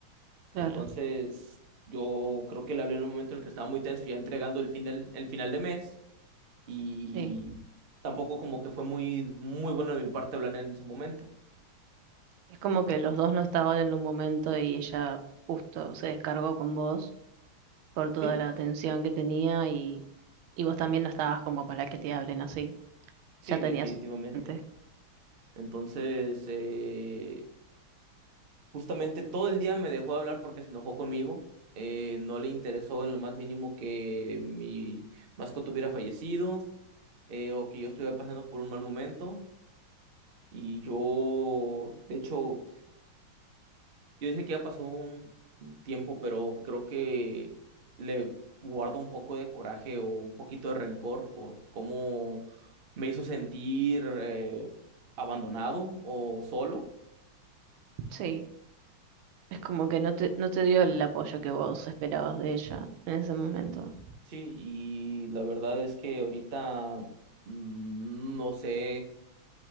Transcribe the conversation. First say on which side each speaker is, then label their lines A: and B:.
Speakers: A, on the right; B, on the right.
A: claro,
B: Entonces, yo creo que le hablé en un momento en el que estaba muy tenso, ya entregando el fin del, el final de mes y
A: sí.
B: tampoco como que fue muy, muy bueno de mi parte hablar en ese momento.
A: Es como que los dos no estaban en un momento y ella justo se descargó con vos por toda
B: Sí,
A: la atención que tenía y, y vos también no estabas como para que te hablen así.
B: sí,
A: Ya tenías
B: definitivamente.
A: antes.
B: Entonces, eh, Justamente todo el día me dejó de hablar porque se enojó conmigo. Eh, no le interesó en lo más mínimo que mi mascota hubiera fallecido eh, o que yo estuviera pasando por un mal momento. Y yo, de hecho, yo dije que ya pasó un un tiempo, pero creo que le guardo un poco de coraje o un poquito de rencor por cómo me hizo sentir eh, abandonado o solo.
A: Sí, es como que no te, no te dio el apoyo que vos esperabas de ella en ese momento.
B: Sí, y la verdad es que ahorita mm, no sé,